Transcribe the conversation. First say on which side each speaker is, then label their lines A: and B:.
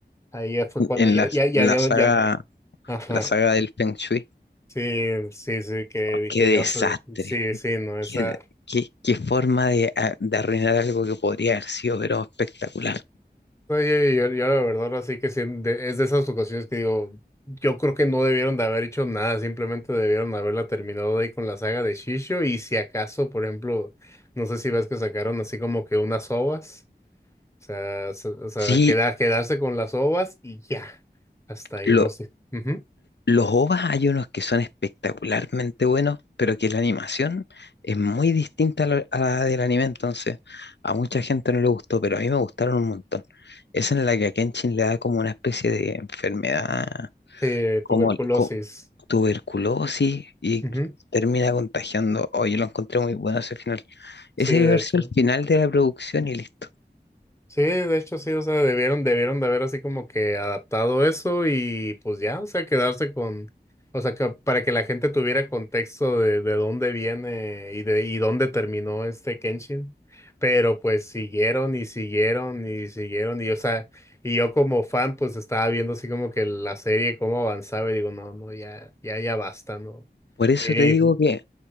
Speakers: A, on the left (about 15°); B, on the left (about 85°).
A: ahí ya fue cuando
B: En
A: ya,
B: la,
A: ya, ya,
B: la
A: ya,
B: saga,
A: ya. Ajá.
B: la saga del Feng Shui.
A: Sí, sí, sí, que
B: Oh,
A: dije
B: qué
A: yo,
B: desastre.
A: o sea, sí, sí, no, esa.
B: Qué, qué, qué forma de, a- de arruinar algo que podría haber sido, pero espectacular.
A: No, yo, yo- yo la verdad así que sí, de- es de esas ocasiones que digo, yo creo que no debieron de haber hecho nada, simplemente debieron haberla terminado ahí con la saga de Shisho y si acaso, por ejemplo, no sé si ves que sacaron así como que unas ovas, o sea, se- o sea,
B: Sí,
A: queda- quedarse con las ovas y ya, hasta ahí,
B: lo,
A: no sé. Ujú.
B: Los OVAs hay unos que son espectacularmente buenos, pero que la animación es muy distinta a la, a la del anime, entonces a mucha gente no le gustó, pero a mí me gustaron un montón. Esa en la que a Kenshin le da como una especie de enfermedad,
A: Sí,
B: como
A: tuberculosis.
B: el- co- tuberculosis, y
A: Ujú.
B: termina contagiando. Oye, lo encontré muy bueno ese final. Ese
A: Sí, de
B: debió haber
A: hecho.
B: sido el final de la producción y listo.
A: Sí, de hecho sí, o sea, debieron, debieron de haber así como que adaptado eso y pues ya, o sea, quedarse con, o sea, que para que la gente tuviera contexto de, de dónde viene y de y dónde terminó este Kenshin. Pero pues siguieron y siguieron y siguieron y, o sea, y yo como fan pues estaba viendo así como que la serie cómo avanzaba y digo, no, no, ya, ya, ya basta, ¿no?
B: Por eso
A: Y,
B: te digo
A: ujú,
B: que